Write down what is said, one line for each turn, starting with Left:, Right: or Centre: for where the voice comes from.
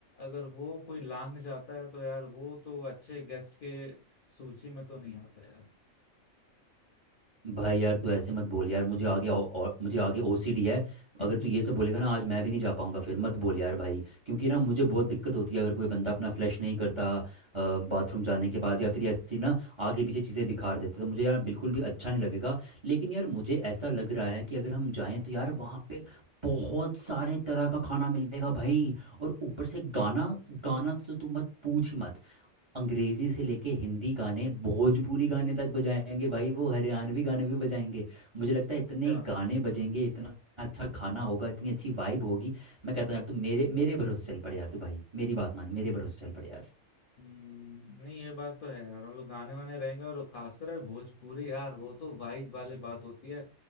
Left: अगर वो कोई लांग जाता है तो यार वो तो अच्छे गेस्ट के सूची में तो नहीं आता यार
Right: भाई यार तू ऐसे मत बोल यार मुझे आगे औ- और मुझे आगे ओसीडी है
Left: <laughs>
Right: अगर तू ये सब बोलेगा ना आज मैं भी नहीं जा पाऊंगा फिर मत बोल यार भाई क्योंकि ना मुझे बहुत दिक्कत होती है अगर कोई बंदा अपना फ्लश नहीं करता बाथरूम जाने के बाद या फिर ऐसी ना आगे पीछे चीज़ें बिखार देता तो मुझे यार बिल्कुल भी अच्छा नहीं लगेगा लेकिन यार मुझे ऐसा लग रहा है कि अगर हम जाएं तो यार वहाँ पे बहुत सारे तरह का खाना मिलेगा भाई और ऊपर से गाना गाना तो तू मत पूछ ही मत अंग्रेजी से लेके हिंदी गाने भोजपुरी गाने तक बजाएंगे भाई वो हरियाणवी गाने भी बजाएंगे मुझे लगता है इतने
Left: अच्छा
Right: गाने बजेंगे इतना अच्छा खाना होगा इतनी अच्छी वाइब होगी मैं कहता हूँ यार तू मेरे मेरे भरोसे चल पड़े यार तू भाई मेरी बात मान मेरे भरोसे चल पड़े यार
Left: हम्म, नहीं ये बात तो है यार हम लोग गाने वाने रहेंगे और खासकर यार भोजपुरी यार वो तो वाइब वाली बात होती है